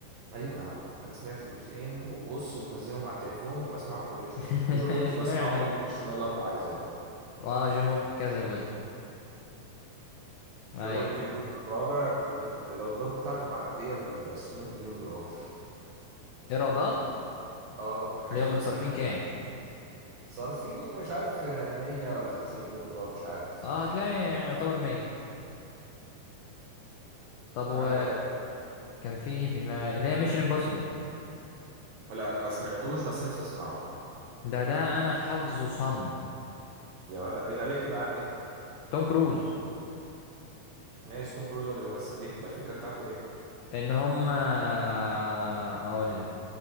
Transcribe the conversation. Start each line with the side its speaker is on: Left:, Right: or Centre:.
Right: ايوه يا عم انا سمعت الجزئين وبص ومنزلهم على التليفون وبسمعهم كل شويه
Left: <laughs>
Right: وجون
Left: اشمعنى
Right: ويك بسمعه كل شويه الاربع اجزاء
Left: اه جون ويك كذا جزء ايوه
Right: جون ويك الجزء الرابع م- الايرادات بتاعته معديه ال 600 مليون دولار
Left: ايرادات
Right: اه حاجات
Left: اللي هم
Right: فشيخه
Left: صارفين كام
Right: يعني. صارفين مش عارف 100 ولا 50 مليون دولار مش عارف
Left: اه هتلاقي يعني يعتبر 100 طب
Right: لا
Left: و
Right: يا عم ده كان
Left: كان في ايه في دماغي اللي هي ميشن امبوسيبل
Right: لا ما سمعتوش بس نفسي اسمعه
Left: ده ده انا حافظه صم
Right: يا ولا ايه ده بيحكي بقى عن ايه
Left: توم كروز
Right: ماشي توم كروز ولا بيمثل بيحكي بقى الفكره بتاعته ايه
Left: ان هم آه، اقول لك